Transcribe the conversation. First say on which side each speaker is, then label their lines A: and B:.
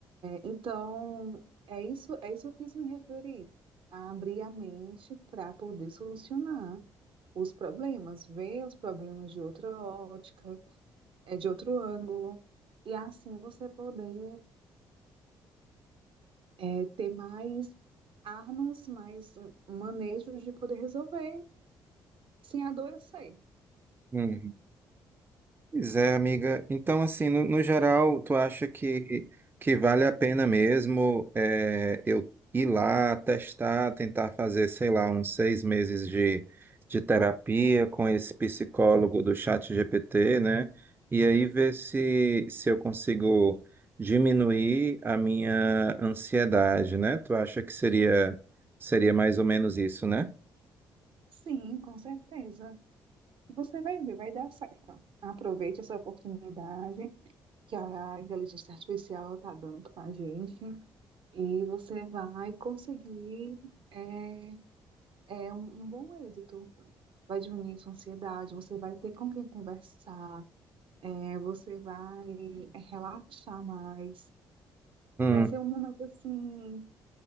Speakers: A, on the right (about 55°); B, on the right (about 20°).
A: Então, é isso, é isso que eu quis me referir, a abrir a mente para poder solucionar os problemas, ver os problemas de outra ótica, é de outro ângulo, e assim você poder é, é, ter mais armas, mais manejos de poder resolver sem adoecer.
B: uhum. Pois é, amiga. Então, assim, no, no geral, tu acha que, que vale a pena mesmo é, eu ir lá, testar, tentar fazer, sei lá, uns seis meses de, de terapia com esse psicólogo do chat GPT, né? E aí ver se, se eu consigo diminuir a minha ansiedade, né? Tu acha que seria, seria mais ou menos isso, né?
A: Sim, com certeza. Você vai ver, vai dar certo. Aproveite essa oportunidade que a inteligência artificial está dando para a gente E você vai conseguir é, é um, um bom êxito. Vai diminuir sua ansiedade, você vai ter com quem conversar, é, você vai é, relaxar mais.
B: Hum,
A: Vai ser um momento assim,